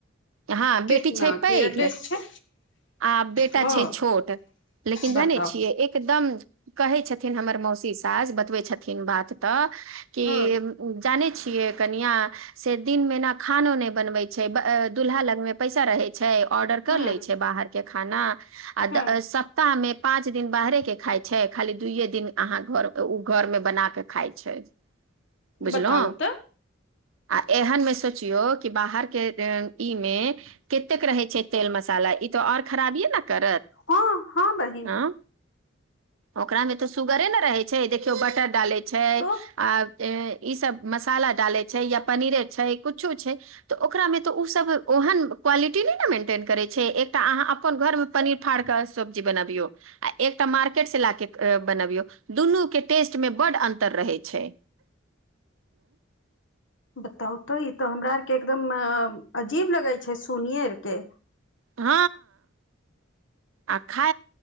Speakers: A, on the right (about 80°); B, on the left (about 60°).
A: हँ, बेटी
B: कितना
A: छै पैघ,
B: केयरलेस छै
A: आ बेटा
B: हँ
A: छै छोट, लेकिन
B: बताउ
A: जानै छियै एकदम कहै छथिन हमर मौसी सास बतबै छथिन बात तऽ कि
B: हँ
A: जानी छियै कनिया से दिन मे न खानो नहि बनबै छै दुूल्हा लग में पैसा रहे छै ऑर्डर कर
B: हँ
A: ले छै बाहर के खाना आ
B: हँ
A: सप्ताह मे पाँच दिन बाहरे के खााय छै, खाली दुूइये दिन अहाँ घर ओ घर मे बना के खाय छै। बुझलहुँ,
B: बताउ तऽ
A: आ एहन मे सचियो कि बाहर के इ मे कतेक रहै छै तेल मसाला इ त और खराबीय न करत
B: हँ हँ बहिन
A: न ओकरा मे तऽ सुगरे ने रहे छै, देखियौ बटर डाले छै
B: तो
A: आ ई सब मसाला डाले छै, या पनीर छै, कुछो छै तऽ ओकरा मे तो ओहेन क्वालिटी नई न मेंटेन कराई छै, एक त आहा अप्पन घर में पनीर फार क सब्जी बनबियो या मार्केट से लाके बनाबियों, दुनू के टेस्ट में बड अन्तर रहई छै।
B: बताउ तो, ई तो हमरा आरके एकदम अ अजीब लगै छै सुनिेकएर के
A: हँ। आ खा